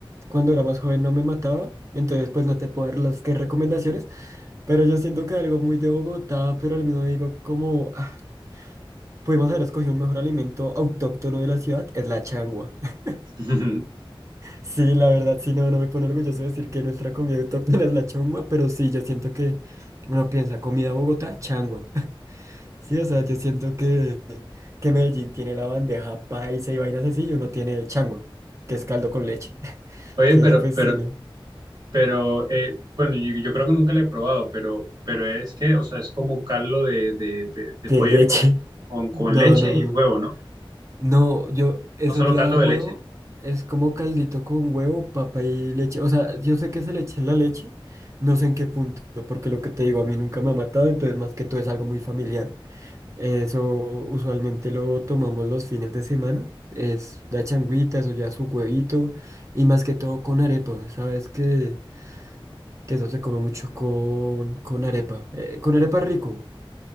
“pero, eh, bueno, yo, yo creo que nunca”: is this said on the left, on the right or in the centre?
Right